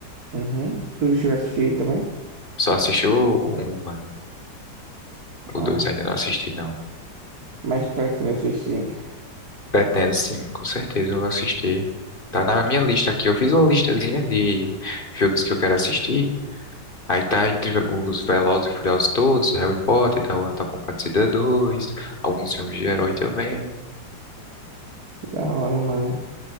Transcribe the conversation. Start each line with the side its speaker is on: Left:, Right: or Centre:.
Right: Uhum. Tu chegou a assistir também?
Left: Só assistiu o um, mano. O
Right: Ah,
Left: dois ainda não assisti, não.
Right: mas pretende assistir.
Left: Pretendo sim, com certeza eu vou assistir. Tá na minha lista aqui. Eu fiz uma listazinha de filmes que eu quero assistir. Aí tá entre os Velozes e Furiosos todos, Harry Potter, tá o Ato com Batida 2, alguns filmes de herói também.
Right: Que da hora, mano.